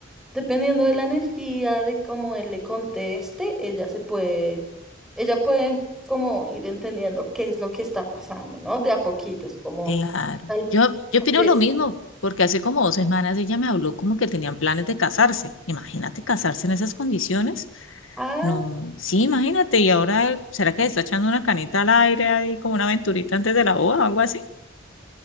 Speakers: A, in the centre; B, on the left (about 75°).
A: Dependiendo de la energía, de cómo él le conteste, ella se puede, ella puede como ir entendiendo qué es lo que está pasando, ¿no? De a poquitos, como
B: Claro.
A: tal,
B: Yo, yo
A: tal
B: opino
A: vez.
B: lo mismo, porque hace como dos semanas ella me habló como que tenían planes de casarse. Imagínate casarse en esas condiciones.
A: Ah,
B: No, sí, imagínate. Y ahora, ¿será que le está echando una canita al aire ahí como una aventurita antes de la boda o algo así?